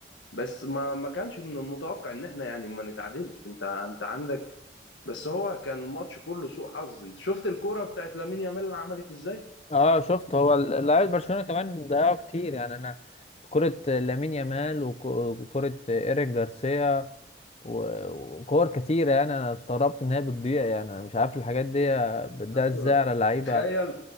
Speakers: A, on the left; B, on the left.
A: بس ما ما كانش من المتوقع ان احنا يعني ما نتعادلش انت انت عندك بس هو كان الماتش كله سوء حظ انت شفت الكوره بتاعت لامين يامال اللي عملت ازاي
B: اه شفت هو ال- لعيبة برشلونة كمان ضيعوا كتير يعني انا كرة لامين يامال وك- وكرة ايريك جارسيا و- وكور كتيرة يعني انا استغربت ان هي بتضيع يعني انا مش عارف الحاجات دي بتضيع
A: ايوه
B: ازاي على لعيبة
A: تخيل